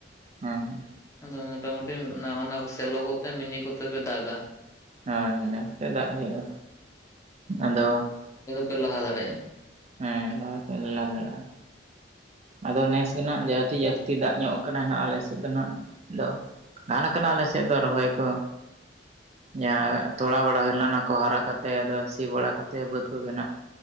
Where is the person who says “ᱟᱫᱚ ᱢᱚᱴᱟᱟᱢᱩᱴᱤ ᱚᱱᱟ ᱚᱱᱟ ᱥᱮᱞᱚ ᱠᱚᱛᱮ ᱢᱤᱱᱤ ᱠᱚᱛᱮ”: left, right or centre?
Left